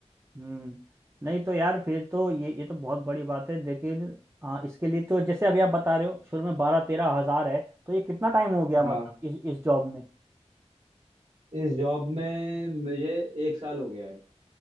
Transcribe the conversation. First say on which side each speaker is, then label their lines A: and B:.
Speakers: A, on the right; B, on the right.
A: हम्म नहीं तो यार फिर तो ये ये तो बहुत बड़ी बात है लेकिन हाँ इसके लिए तो जैसे अभी आप बता रहे हो शुरू में बारह तेरह हजार है तो ये कितना टाइम हो गया
B: हाँ
A: मतलब इस इस जॉब में
B: इस जॉब में मुझे एक साल हो गया है